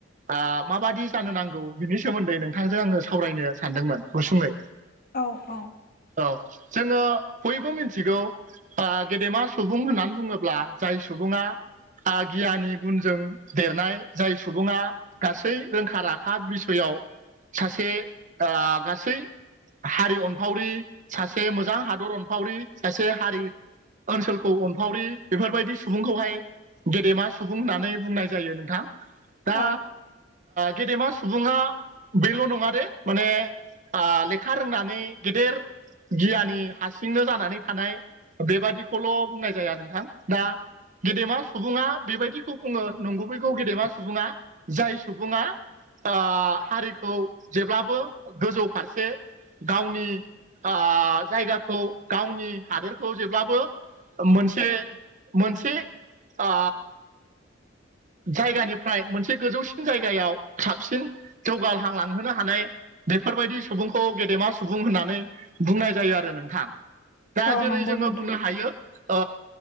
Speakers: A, on the right (about 40°); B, on the left (about 50°).
A: ओ माबादि जानो नांगौ बिनि सोमोन्दै नोंथांजों आङो सावरायनो सानदोंमोन गुसुङै।
B: औ औ
A: औ जोङो बयबो मिथिगौ ओ गेदेमा सुबुं होननानै बुङोब्ला जाय सुबुङा ओ गियानि गुनजों देरनाय जाय सुबुङा गासै रोंखा राखा बिसयआव सासे ओ गासै हारि अनफावरि सासे मोजां हादर अनफावरि सासे हारि ओनसोलखौ अनफावरि बेफोरबायदि सुबुंखौहाय गेदेमा सुबुं होननानै बुंनाय जायो नोंथां दा
B: औ
A: गेदेमा सुबुङा बेल' नङा दे माने लेखा रोंनानै गेदेर गियानि हारसिंनो जानानै थानाय बेबादि खौल' बुंनाय जाया नोंथां दा गेदेमा सुबुङा बेबायदिखौ बुङो नंगुबैगौ गेदेमा सुबुङा जाय सुबुङा ओ हारिखौ जेब्लाबो गोजौ फारसे गावनि ओ जायगाखौ गावनि हादोरखौ जेब्लाबो मोनसे मोनसे आ जायगानिफ्राय मोनसे गोजौसिन जायगायाव साबसिन जौगाहांलांहोनो हानाय बेफोरबायदि सुबुंखौ गेदेमा सुबुं होननानै बुंनाय जायो आरो नोंथां। दा
B: औ
A: जेरै
B: नंगौ
A: जोङो
B: नोंथां
A: बुंनो हायो ओ